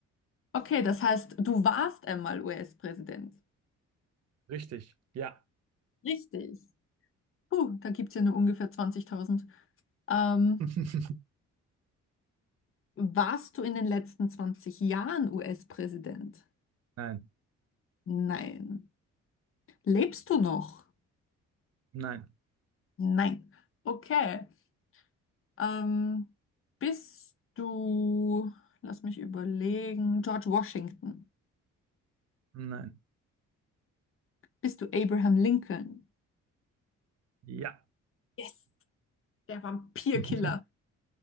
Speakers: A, on the left; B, on the right.
A: Okay, das heißt, du warst einmal US-Präsident.
B: Richtig. Ja.
A: Richtig. Puh, da gibt es ja nur ungefähr 20.000. Ähm,
B: <laughs>
A: warst du in den letzten 20 Jahren US-Präsident?
B: Nein,
A: Nein. Lebst du noch?
B: nein,
A: Nein. Okay. Ähm, bist du, lass mich überlegen, George Washington?
B: nein.
A: Bist du Abraham Lincoln?
B: Ja.
A: Yes, der Vampirkiller.
B: <laughs> Der